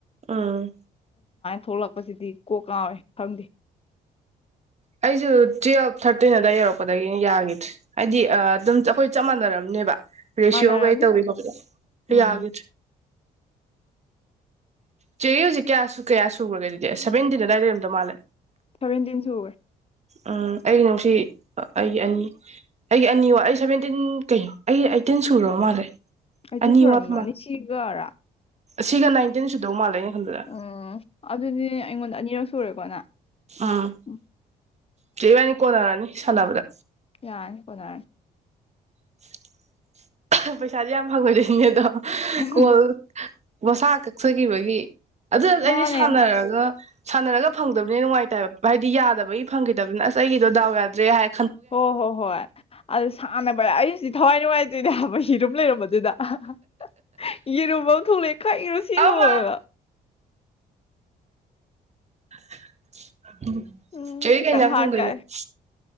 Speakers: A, on the right (about 40°); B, on the left (about 30°).
A: ꯎꯝ
B: ꯊꯣꯛꯂꯛꯄꯁꯤꯗꯤ ꯀꯣꯛ ꯉꯥꯎꯔꯦ ꯈꯪꯗꯦ
A: ꯑꯩꯁꯨ ꯇꯨꯋꯦꯜꯐ ꯊꯥꯔꯇꯤꯟ ꯑꯗꯨꯋꯥꯏ ꯌꯧꯔꯛꯄꯗꯒꯤꯅꯤ ꯌꯥꯒꯤꯗ꯭ꯔꯤ ꯍꯥꯏꯗꯤ ꯑ ꯑꯗꯨꯝ ꯑꯩꯈꯣꯏ ꯆꯞ ꯃꯥꯟꯅꯔꯝ ꯅꯦꯕ ꯔꯤꯁꯤꯑꯣ
B: ꯃꯥꯟꯅꯔꯝꯅꯤ
A: ꯀꯩ ꯇꯧꯋꯤ ꯐꯧꯗ
B: ꯎꯝ
A: ꯌꯥꯒꯤꯗꯔꯦ ꯆꯦꯒꯤ ꯍꯧꯖꯤꯛ ꯀꯌꯥꯁꯨ ꯀꯌꯥ ꯁꯨꯒꯔꯦ ꯑꯗꯨꯗꯤ ꯁꯕꯦꯟꯇꯤꯟ ꯑꯗꯥꯏ ꯂꯩꯔꯝꯗꯧ ꯃꯥꯜꯂꯦ
B: ꯁꯚꯦꯟꯇꯤꯟꯁꯨꯒꯔꯦ
A: ꯎꯝ ꯑꯩꯒꯤ ꯉꯁꯤ ꯑ ꯑꯩꯒꯤ ꯑꯅꯤ ꯑꯩꯒꯤ ꯑꯅꯤ ꯋꯥ ꯑꯩ ꯁꯚꯦꯟꯇꯤꯟ ꯀꯩꯅꯣ ꯑꯩ ꯑꯩꯇꯤꯟ ꯁꯨꯔꯕ ꯃꯥꯜꯂꯦ
B: ꯑꯩꯇꯤꯟ
A: ꯑꯅꯤ
B: ꯁꯨꯔꯝꯃꯅꯤ
A: ꯋꯥꯠꯄ ꯃꯥꯜꯂꯦ
B: ꯁꯤꯒꯔꯥ
A: ꯁꯤꯒ ꯅꯥꯏꯟꯇꯤꯟ ꯁꯨꯗꯧ ꯃꯥꯜꯂꯦ ꯑꯩꯅ ꯈꯟꯕꯗ
B: ꯑꯣ ꯑꯗꯨꯗꯤ ꯑꯩꯉꯣꯟꯗ ꯑꯅꯤꯔꯛ <unintelligible>
A: ꯑꯥ
B: ꯎꯝ
A: ꯆꯦꯕꯥꯅꯤ ꯀꯣꯟꯅꯔꯅꯤ ꯁꯥꯟꯅꯕꯗ
B: ꯌꯥꯥꯔꯅꯤ ꯀꯣꯟꯅꯔꯅꯤ
A: <inaudible> ꯄꯩꯁꯥꯗꯤ ꯌꯥꯝ ꯐꯪꯉꯣꯏꯗꯣꯏꯅꯤꯅꯦ ꯑꯗꯣ ꯍꯥ
B: ꯎꯝ
A: ꯀꯣꯜ ꯃꯁꯥ ꯀꯛꯆꯒꯤꯕꯒꯤ ꯑꯗꯨ ꯑꯩꯗꯤ
B: ꯃꯥꯅꯦ
A: ꯁꯥꯟꯅꯔꯒ ꯁꯥꯟꯅꯔꯒ ꯐꯪꯗꯝꯅꯤꯅ ꯅꯨꯡꯉꯥꯏꯇꯦ ꯍꯥꯏꯕ ꯍꯥꯏꯗꯤ ꯌꯥꯗꯕꯩ ꯐꯪꯈꯤꯗꯝꯅꯤꯅ ꯑꯁ ꯑꯩꯒꯤꯗꯣ ꯗꯥꯎ ꯌꯥꯗ꯭ꯔꯦ ꯍꯥꯏ
B: ꯍꯣ ꯍꯣ ꯍꯣꯏ ꯑꯗꯨ ꯁꯥꯟꯅꯕꯔꯥ ꯑꯩ ꯊꯋꯥꯏꯅꯨꯡꯉꯥꯏ ꯏꯅꯦꯕ ꯌꯦꯔꯨꯝ ꯂꯩꯔꯝꯕꯗꯨꯗ ꯍꯥ ꯍꯥ ꯍꯥ ꯌꯦꯔꯨꯝ ꯑꯃ ꯊꯣꯛꯂꯛꯑꯦ ꯀꯩꯅꯣ ꯁꯤꯕꯨꯅ
A: ꯑꯃ <unintelligible> <inaudible>
B: ꯎꯝ
A: ꯆꯦ ꯕꯤ
B: ꯈꯤꯇꯪ
A: ꯀꯩ ꯏꯟꯖꯥꯡ
B: ꯍꯥꯠꯀꯥꯏ
A: ꯊꯣꯡꯗꯣꯏꯅꯣ <inaudible>